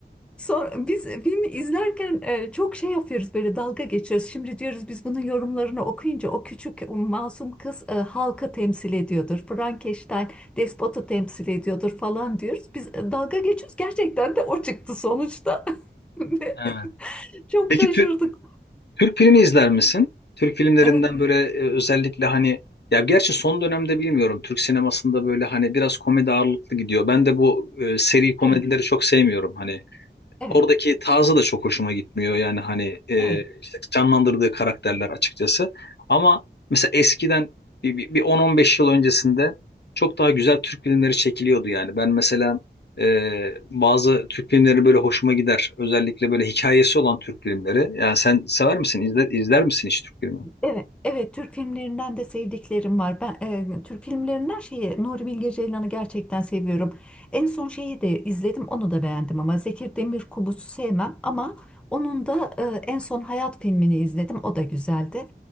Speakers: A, in the centre; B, on the left (about 65°).
A: Sonra biz filmi izlerken e, çok şey yapıyoruz böyle dalga geçiyoruz. Şimdi diyoruz biz bunun yorumlarını okuyunca o küçük o masum kız e, halkı temsil ediyordur. Frankenstein despotu temsil ediyordur falan diyoruz. Biz e, dalga geçiyoruz. Gerçekten de o çıktı sonuçta. <laughs>
B: Evet.
A: Çok
B: Peki
A: şaşırdık.
B: tü- Türk filmi izler misin? Türk filmlerinden
A: Evet,
B: böyle e, özellikle hani ya gerçi son dönemde bilmiyorum Türk sinemasında böyle hani biraz komedi ağırlıklı gidiyor. Ben de bu e, seri komedileri
A: evet,
B: çok sevmiyorum. Hani
A: evet,
B: Oradaki tarzı da çok hoşuma gitmiyor. Yani hani e,
A: evet.
B: işte canlandırdığı karakterler açıkçası. Ama mesela eskiden bir, bir, bir 10-15 yıl öncesinde çok daha güzel Türk filmleri çekiliyordu yani. Ben mesela e, bazı Türk filmleri böyle hoşuma gider. Özellikle böyle hikayesi olan Türk filmleri. Yani sen sever misin? İzler, izler misin hiç Türk filmi?
A: Evet, evet Türk filmlerinden de sevdiklerim var. Ben e, Türk filmlerinden şeyi Nuri Bilge Ceylan'ı gerçekten seviyorum. En son şeyi de izledim, onu da beğendim ama Zeki Demirkubuz'u sevmem ama onun da e, en son Hayat filmini izledim. O da güzeldi.